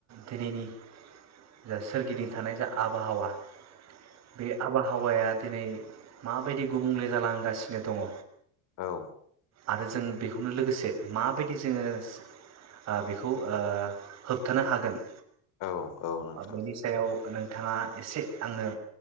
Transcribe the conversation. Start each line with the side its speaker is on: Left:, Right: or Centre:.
Right: दिनैनि जा सोरगिदिं थानाय जा आबहावा बे आब बबहावाया दिनै माबायदि गुबुंले जालांगासिनो दंङ
Left: औ
Right: आरो जों बेखौनो लोगोसे माबायदि जोंङो बेखौ खौ होबथानो हागोन
Left: औ औ नोंथां
Right: बेनि सायाव नों नोंथाङा एसे आंनो